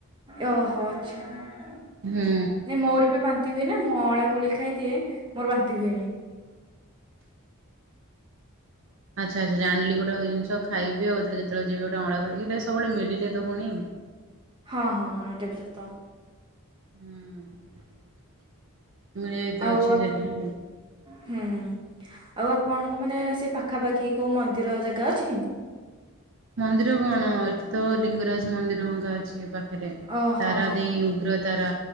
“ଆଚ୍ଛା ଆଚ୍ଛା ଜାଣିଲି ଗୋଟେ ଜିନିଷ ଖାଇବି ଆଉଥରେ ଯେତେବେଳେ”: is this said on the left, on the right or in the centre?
Right